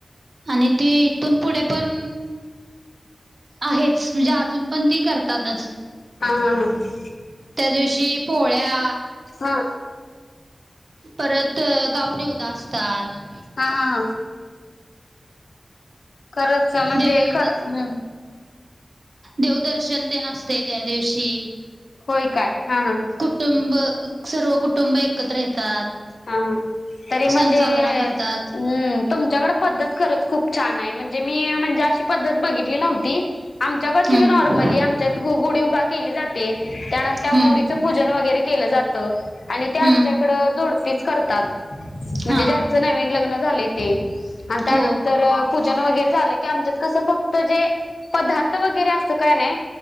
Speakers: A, on the right; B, on the left.
A: आणि ती इथून पुढे पण आहेच म्हणजे अजून पण ती करतातच
B: हा
A: त्या दिवशी पोळ्या.
B: हा
A: परत गाव नैवेद्य असतात.
B: हा हा खरचच म्हणजे
A: देव
B: ए हम्
A: देवदर्शन ते नसते त्या दिवशी
B: होय काय हा हा
A: कुटुंब सर्व कुटुंब एकत्र येतात
B: हा हा तरी
A: सण
B: म्हणजे
A: साजरा करतात
B: हम्म तुमच्याकडे पद्धत खरच खूप छान आहे म्हणज मी म्हणजे अशी पद्धत बघितली नव्हती आमच्याकडे
A: हम्म
B: नॉर्मली गुढी उभा जाते त्यानंतर त्या
A: हम्म
B: गुढीचं पूजन वगैरे केलं जात आणि त्या
A: हम्म
B: आमच्याकड जोड करतात
A: हा
B: ज्यांच नवीन लग्न झाले ते आणि त्यानंतर
A: हो
B: पूजन वगैरे झालं की आमच्यात कसं फक्त जे पदार्थ वगैरे असत काय नाही